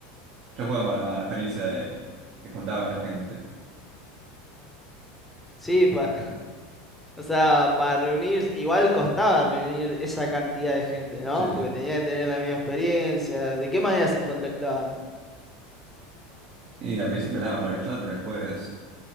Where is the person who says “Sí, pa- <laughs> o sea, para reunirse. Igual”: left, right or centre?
Centre